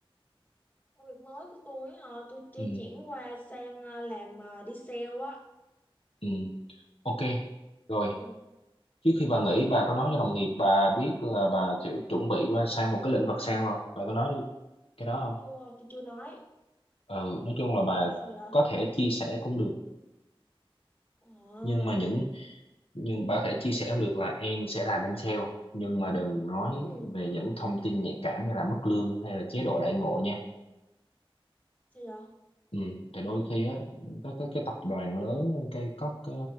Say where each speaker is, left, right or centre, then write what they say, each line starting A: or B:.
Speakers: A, on the left; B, on the left.
A: công việc mới của tôi á hả tôi chưa
B: ừ,
A: chuyển qua sang ờ, làm ờ, đi sale á
B: ừ, ok rồi
A: ừ
B: trước khi bà nghỉ bà có nói cho đồng nghiệp bà biết là bà chỉ chuẩn bị qua sang một cái lĩnh vực sao không bà có nói cái đó không
A: chưa tôi chưa nói
B: ừ nói chung là bà
A: sao vậy
B: có thể chia sẻ cũng được
A: ờ
B: nhưng mà những nhưng bà có thể chia sẻ cũng được là em sẽ làm bên sale nhưng mà đừng nói
A: ừ
B: về những thông tin nhạy cảm như là mức lương hay là chế độ đãi ngộ nha
A: sao vậy
B: Ừ, tại đôi khi á các cái, cái tập đoàn lớn cái các cái